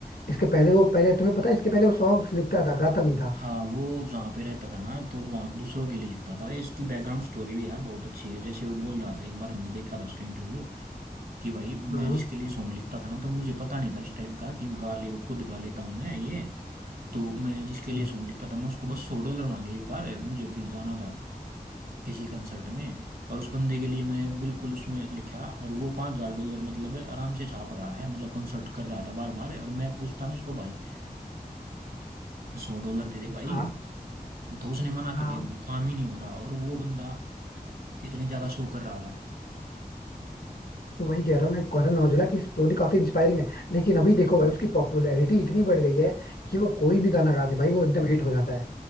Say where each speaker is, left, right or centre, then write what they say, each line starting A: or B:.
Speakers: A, on the left; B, on the right.
A: इसके पहले वो पहले तुम्हें पता है इसके पहले वो सॉन्ग्स लिखता था गाता नहीं था
B: हाँ वो जहाँ पे रहता था ना तो वहाँ दूसरों के लिए लिखता था ये इसकी बैकग्राउंड स्टोरी भी यार बहुत अच्छी है जैसे वो बोल रहा था एक बार हमने देखा था उसका इंटरव्यू कि भाई मैं
A: हाँ
B: जिसके लिए सॉन्ग लिखता था ना तो मुझे पता नहीं था इस टाइप का कि गा ले खुद गा लेता हूँ मैं ये तो मैं जिसके
A: हाँ
B: लिए सॉन्ग लिखता था मैं उसको बस सौ डॉलर मांगे एक बार मुझे कहीं जाना था किसी कंसर्ट में और उस बंदे के लिए मैंने बिल्कुल उसमें लिखा और वो पाँच हजार डॉलर मतलब आराम से छाप रहा है मतलब कंसर्ट कर रहा था बार बार और मैं पूछता ना उसको भाई सौ डॉलर दे दे भाई
A: हाँ
B: तो उसने मना
A: हाँ
B: कर दिया भाई काम ही नहीं हो रहा और वो बंदा इतने ज्यादा शो कर रहा था
A: तो वही कह रहा हूँ ना करण औजला की स्टोरी काफी इंस्पायरिंग है लेकिन अभी देखो भाई उसकी पॉपुलैरिटी इतनी बढ़ गई है कि वो कोई भी गाना गा दे भाई वो एकदम हिट हो जाता है